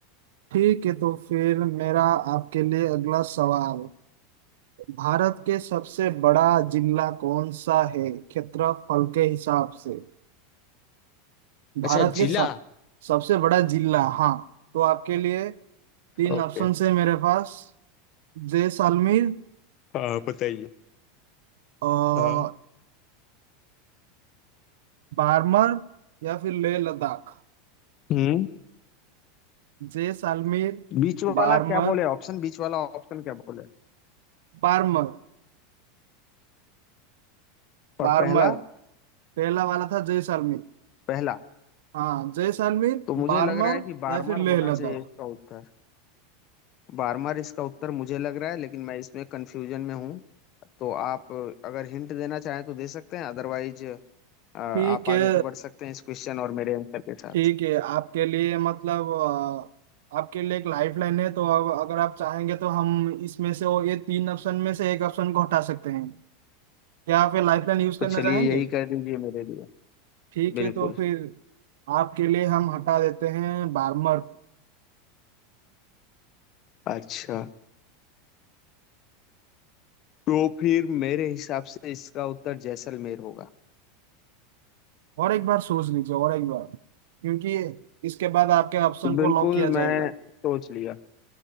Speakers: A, on the right; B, on the left.
A: ठीक है तो फिर मेरा आपके लिए अगला सवाल भारत के सबसे बड़ा जिला कौन सा है क्षेत्रफल के हिसाब से भारत
B: अच्छा
A: के
B: जिला
A: सब सबसे बड़ा जिला हाँ तो आपके लिए तीन
B: ओके
A: ऑप्शन है मेरे पास जैसलमेर
B: हाँ बताइए
A: और
B: हाँ
A: बारमर या फिर लेह लद्दाख
B: हम्म
A: जैसलमेर
B: बीच वाला
A: बारमर
B: क्या बोले ऑप्शन बीच वाला ऑप्शन क्या बोले
A: बारमर
B: और
A: बारमर
B: पहला
A: पहला वाला था जैसलमेर
B: पहला
A: हाँ जैसलमेर
B: तो मुझे
A: बारमर
B: लग रहा है कि बारमर
A: या फिर लेह
B: होना
A: लद्दाख
B: चाहिए इसका उत्तर बारमर इसका उत्तर मुझे लग रहा है लेकिन मैं इसमें कंफ्यूजन में हूँ तो आप अगर हिंट देना चाहें तो दे सकते हैं अदरवाइज अ, आप
A: ठीक
B: आगे
A: है
B: बढ़ सकते हैं इस क्वेश्चन और मेरे आंसर के साथ
A: ठीक है आपके लिए मतलब अ, आपके लिए एक लाइफ लाइन है तो अब अगर आप चाहेंगे तो हम इसमें से वो ये तीन ऑप्शन में से एक ऑप्शन को हटा सकते हैं क्या आप ये लाइफ लाइन यूज करना
B: तो चलिए
A: चाहेंगे
B: यही कर दीजिए मेरे लिए
A: ठीक
B: बिल्कुल
A: है तो फिर आपके लिए हम हटा देते हैं बारमर
B: अच्छा तो फिर मेरे हिसाब से इसका उत्तर जैसलमेर होगा
A: और एक बार सोच लीजिए और एक बार क्योंकि इसके बाद आपके ऑप्शन को
B: बिल्कुल
A: लॉक किया जाएगा
B: मैं सोच लिया